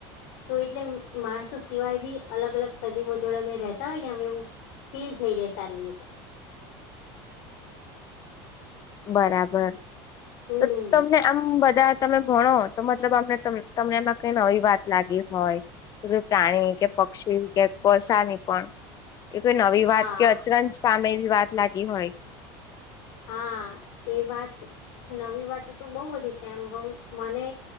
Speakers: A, on the left; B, on the left.
A: તો એટલે માણસો સિવાય બી અલગ અલગ સજીવો જોડે અમે રેતા હોય ને અ એવું ફીલ થઈ જય સારી રીતે
B: બરાબર
A: હમ
B: તો તમને આમ બ ધા તમે ભણો તો મતલબ અમને તમ તમને એમાં કઈ નવી વાત લાગી હોય પ્રાણી કે પક્ષી કે કોસાની પણ એ કોઈ નવી
A: હા
B: વાત કે અચરંજ પામે એવી વાત લાગી હોય
A: હા એ વાત નવી વાત તો બહુ બધી છે એમ પણ મને